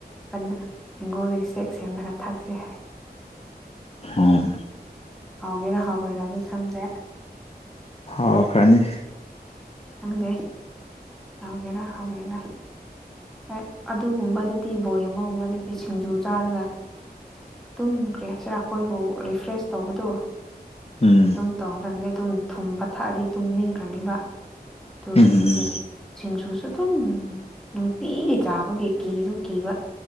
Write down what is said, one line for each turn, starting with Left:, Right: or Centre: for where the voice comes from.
Centre: ꯕꯅ ꯍꯤꯡꯒꯣꯜꯗꯒꯤ ꯁꯦꯛ ꯁꯦꯝꯂꯒ ꯊꯥꯛꯁꯦ ꯍꯥꯏꯑꯦ
Left: ꯎꯝ
Centre: ꯍꯥꯎꯒꯦꯔꯥ ꯍꯥꯎꯔꯣꯏꯔꯗꯤ ꯈꯪꯗ꯭ꯔꯦ
Left: ꯑꯣ ꯐꯅꯤ
Centre: ꯈꯪꯗꯦ ꯍꯥꯎꯒꯦꯔ ꯍꯥꯎꯔꯣꯏꯔ ꯍꯣꯏ ꯑꯗꯨꯒꯨꯝꯕꯗꯗꯤ ꯕꯣꯜ ꯌꯦꯡꯕꯒꯨꯝꯕꯗꯗꯤ ꯁꯤꯡꯖꯨ ꯆꯥꯔꯒ ꯇꯨꯝꯒ꯭ꯔꯦ ꯁꯦꯔꯥ ꯑꯩꯈꯣꯏꯕꯨ ꯔꯤꯐ꯭ꯔꯦꯁ ꯇꯧꯕꯗꯨ
Left: ꯎꯝ
Centre: ꯑꯗꯨꯝ ꯇꯧꯗꯕꯅꯤ ꯑꯗꯨꯝ ꯊꯨꯝꯕ ꯊꯛꯑꯗꯤ ꯇꯨꯝꯅꯤꯡꯈ꯭ꯔꯅꯤꯕ ꯑꯗꯨꯒꯤ
Left: ꯎꯝ
Centre: ꯁꯤꯡ ꯁꯤꯡꯖꯨꯁꯨ ꯑꯗꯨꯝ ꯇꯤꯒꯤ ꯆꯥꯕꯒꯤ ꯀꯤꯁꯨ ꯀꯤꯕ